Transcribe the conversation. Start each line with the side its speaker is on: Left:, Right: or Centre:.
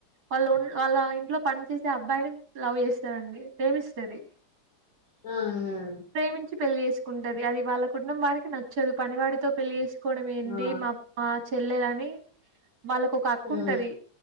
Right: వాళ్ళు ఉన్ వాళ్ళ ఇంట్లో పని చేసే అబ్బాయిని లవ్ చేస్తాదండి ప్రేమిస్తది.
Left: ఆహ
Right: ప్రేమించి పెళ్లి చేసుకుంటది అది వాళ్ళ కుటుంబానకి నచ్చదు పనివాడితో పెళ్లి చేసుకు కోవడం ఏంటి
Left: ఆ
Right: మా మా చెల్లెలని వాళ్ళకు ఒక అక్క
Left: ఆ
Right: ఉంటది